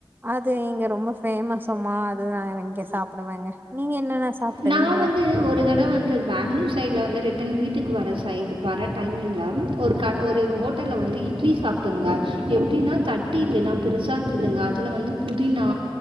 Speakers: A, on the right; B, on the right.
A: அதுங்க ரொம்போ ஃபேமஸ்ஸாமா அதுதாங்க இங்க சாப்டுவேங்க நீங்க என்னென்ன சாப்டுவீங்க
B: நா வந்து ஒரு தடவ வந்து பேங்களூர் சைடு இதுல வந்து ரிட்டன் வீட்டுக்கு வர சைடு பாரே டைமிங்லா ஒரு கட ஒரு ஹோட்டல்ல வந்து இட்லி சாப்ட்டோங்க எப்டின்னா தட்டு இட்லிலாம் பெருசா இருந்துதுங்க அதுல வந்து புதினா